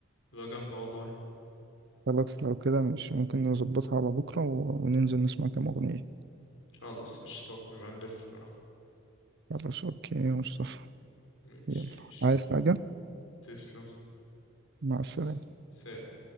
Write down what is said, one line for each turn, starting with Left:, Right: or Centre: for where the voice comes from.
Left: تبقى جامده والله
Right: خلاص لو كده مش ممكن نظبطها على بكرة و- وننزل نسمع كام أغنية
Left: خلاص قشطات نبقى نلف بقى
Right: خلاص أوكي يا مصطفى
Left: ماشي
Right: يلا
Left: ماشي
Right: عايز حاجة
Left: تسلم
Right: مع السلامة
Left: س- سلام